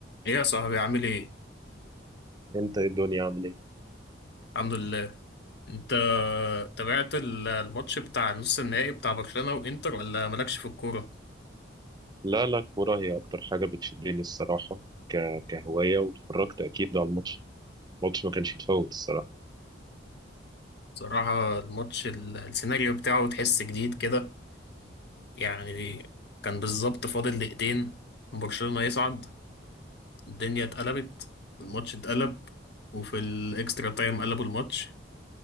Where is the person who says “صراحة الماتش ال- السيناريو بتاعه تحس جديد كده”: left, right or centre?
Left